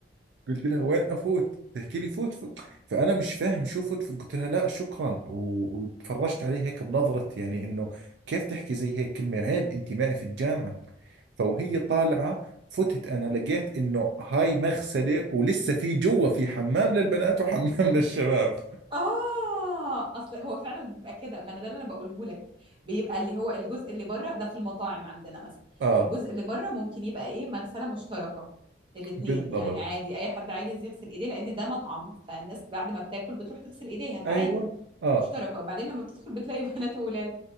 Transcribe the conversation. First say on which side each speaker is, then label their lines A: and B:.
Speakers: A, on the right; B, on the right.
A: قلت لها وين افوت؟ تحكي لي فوت فوت فانا مش فاهم شو فوت فوت قلت لها لا شكرا و- وتفرجت عليه هيك بنظره يعني انه كيف تحكي زي هيك كلمه عيب انت معي في الجامعه فوهي طالعه فتت انا لقيت انه هاي مغسله ولسه في جوا في حمام للبنات وحمام <laughs> للشباب
B: اه اصل هو فعلا بيبقى كده ما انا ده اللي انا بقوله لك بيبقى اللي هو الجزء اللي بره ده في المطاعم عندنا مثلا
A: اه
B: الجزء اللي بره ممكن يبقى ايه مغسله مشتركه الاثنين
A: بالضبط
B: يعني عادي اي حد عايز يغسل ايديه لان ده مطعم فالناس بعد ما بتاكل بتروح تغسل ايديها فعادي
A: ايوه اه
B: مشتركه وبعدين لما بتدخل بتلاقي <laughs> بنات وولاد